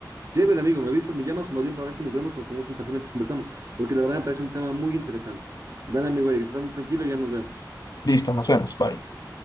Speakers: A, on the right; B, on the left.
A: Clever, amigo, ¿me avisas, me llamas o más bien para ver si nos vemos, nos tomamos un café mientras conversamos? Porque la verdad me parece un tema muy interesante. Dale, amigo Eric, estando tranquilo, ya nos vemos.
B: Listo, nos vemos. Bye.